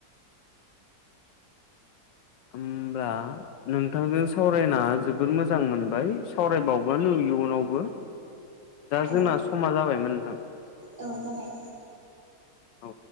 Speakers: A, on the left; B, on the right.
A: होमबा नोंथांजों सावरायना जोबोर मोजां मोनबाय सावरायबावगोन इयुनावबो दा
B: औ
A: जोंना समा जाबायमोन नोंथां
B: औ जाबाय
A: औ